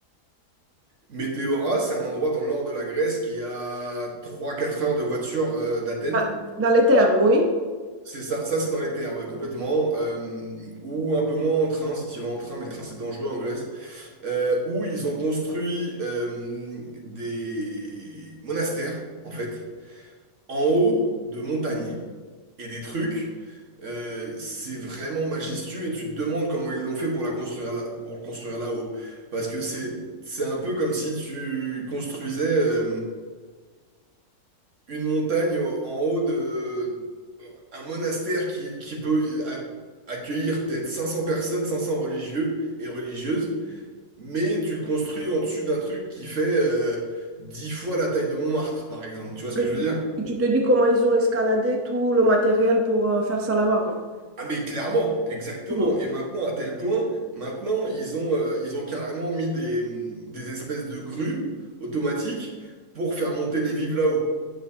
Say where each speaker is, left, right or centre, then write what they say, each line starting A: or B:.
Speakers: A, on the right; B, on the right.
A: Météora, c'est un endroit dans le nord de la Grèce qui est à 3-4 heures de voiture euh, d'Athènes.
B: Ah, Dans les terres, oui.
A: C'est ça, ça c'est dans les terres, ouais, complètement. Euh, ou un peu moins en train, si tu vas en train, mais le train c'est dangereux en Grèce. Euh, où ils ont construit euh, des monastères, en fait, en haut de montagnes. Et des trucs, euh, c'est vraiment majestueux et tu te demandes comment ils l'ont fait pour la construire là, pour le construire là-haut. Parce que c'est c'est un peu comme si tu construisais euh, une montagne au- en haut de un monastère qui, qui peut a- accueillir peut-être 500 personnes, 500 religieux et religieuses, mais tu le construis au-dessus d'un truc qui fait euh, 10 fois la taille de Montmartre, par exemple. Tu vois ce
B: Que
A: que je
B: tu,
A: veux dire?
B: que tu te dis comment ils ont escaladé tout le matériel pour euh, faire ça là-bas, quoi.
A: Ah mais clairement, exactement.
B: Mm.
A: Et maintenant, à tel point, maintenant, ils ont, euh, ils ont carrément mis des, des espèces de grues automatiques pour faire monter les vives là-haut.